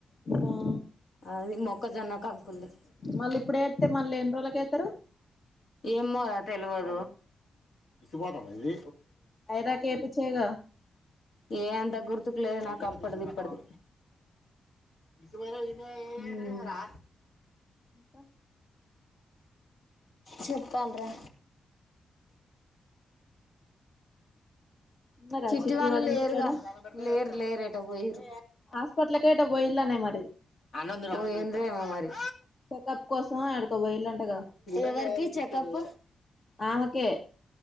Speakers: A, on the left; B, on the left.
A: ఆ
B: అది మొక్కజొన్న కంకుంది
A: మళ్ళీ ఇప్పుడు ఏత్తే మళ్ళీ ఎన్ని రోజులకి ఏత్తరు
B: ఏమో తెలిదు <inaudible> విసు పోతా ఇది
A: ఐరాకి ఏపిచ్చేగా
B: ఏ ఏ అంత గుర్తుకు లేదు నాకు అప్పది ఇప్పటిది ఇసు వార అ రా
A: అకా
B: చెప్పాలా ర
A: ఉన్నరా
B: చిట్టి వాళ్ళు
A: వాళ్ళ
B: లేరుగా
A: ఇంటికాడ
B: లేరు లేరుేట పోయరు
A: హాస్పిటల్కి ఎటో పోయిల్లనే మరి
B: అ ఏేమ మరి
A: చెకప్ కోసం యాడికో పోయిల్లంటగా
B: ఎవరికి చెకప్
A: ఆమెకే